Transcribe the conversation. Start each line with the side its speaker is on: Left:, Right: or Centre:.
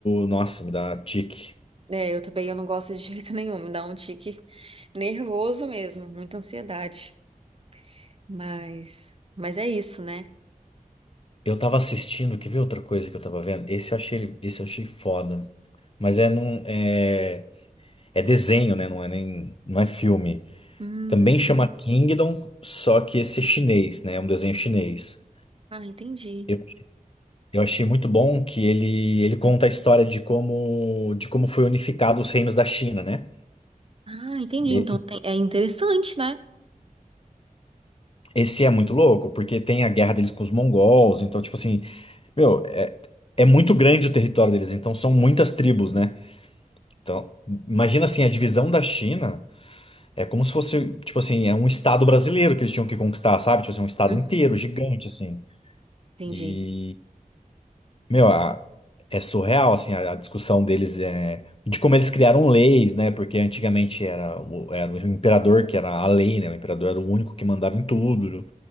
Left: Nossa, me dá tique.
Right: É, eu também eu não gosto de jeito <laughs> nenhum, me dá um tique nervoso mesmo, muita ansiedade. Mas, mas é isso, né?
Left: Eu tava assistindo, quer ver outra coisa que eu tava vendo? Esse eu achei, esse eu achei foda. Mas é num, é, é desenho, né? Não é nem, não é filme.
Right: Hum,
Left: Também chama Kingdom, só que esse é chinês, né? É um desenho chinês.
Right: ah, entendi.
Left: Eu, eu achei muito bom que ele, ele conta a história de como, de como foi unificado os reinos da China, né?
Right: Ah, entendi.
Left: E
Right: Então tem- é interessante, né?
Left: esse é muito louco, porque tem a guerra deles com os mongols, então, tipo assim, Meu, é, é muito grande o território deles, então são muitas tribos, né? Então, imagina assim, a divisão da China é como se fosse, tipo assim, é um estado brasileiro que eles tinham que conquistar, sabe? Tipo assim, um estado
Right: Hum,
Left: inteiro, gigante, assim.
Right: entendi.
Left: E, meu, a- é surreal, assim, a, a discussão deles é de como eles criaram leis, né? Porque antigamente era, o- era o imperador que era a lei, né? O imperador era o único que mandava em tudo.